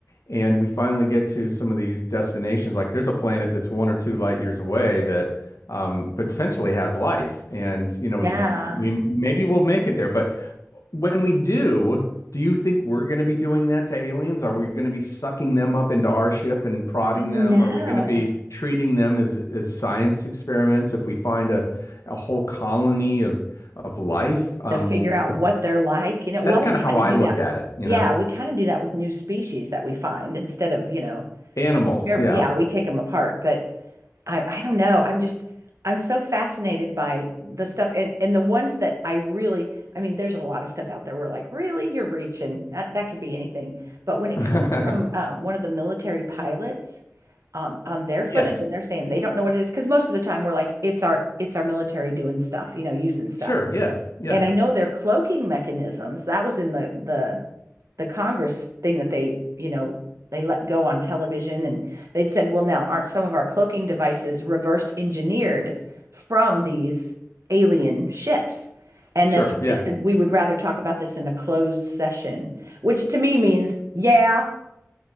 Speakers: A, on the left; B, on the right.
A: and We finally get to some of these destinations. Like there's a planet that's one or two light years away that um, potentially has life. and You know,
B: yeah.
A: we maybe we'll make it there, but when we do, do you think we're going to be doing that to aliens? Are we going to be sucking them up into our ship and prodding
B: I
A: them?
B: do
A: Are we going to be treating them as as science experiments? If we find a a whole colony of of life, um,
B: To figure
A: well,
B: out
A: is,
B: what they're like, you know. Well,
A: that's kind
B: we kind
A: of how I
B: of do
A: look
B: that.
A: at it, you
B: Yeah,
A: know?
B: we kind of do that with new species that we find instead of, you know,
A: Animals,
B: care-
A: yeah.
B: yeah, we take them apart, but I I don't know. I'm just I'm so fascinated by the stuff and and the ones that I really I mean, there's a lot of stuff out there where like, really, you're reaching. That, that could be anything. But when it
A: <laughs>
B: comes from um, one of the military pilots on on their footage
A: Yes,
B: and they're saying they don't know what it is, because most of the time we're like, it's our it's our military doing stuff, you know, using stuff.
A: sure, yeah, yeah,
B: And I know their cloaking mechanisms, that was in the the the Congress thing that they, you know, they let go on television and they'd said, well, now aren't some of our cloaking devices reverse engineered from these alien ships? And
A: sure,
B: that's when
A: yeah,
B: they said, we would rather talk about this in a closed session, which to me means, yeah,